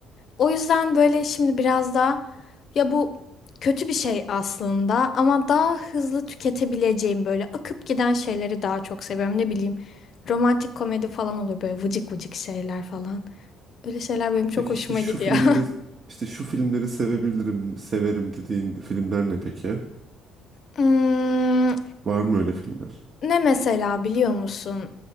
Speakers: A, on the left; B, on the right.
A: O yüzden böyle şimdi biraz daha ya bu kötü bir şey aslında ama daha hızlı tüketebileceğim böyle akıp giden şeyleri daha çok seviyorum. Ne bileyim romantik komedi falan olur böyle vıcık vıcık şeyler falan. Öyle şeyler benim çok
B: Peki
A: hoşuma
B: işte şu
A: gidiyor.
B: filmleri
A: <laughs>
B: işte şu filmleri sevebilirim, severim dediğin filmler ne peki?
A: Hmm,
B: Var mı öyle filmler?
A: Ne mesela biliyor musun?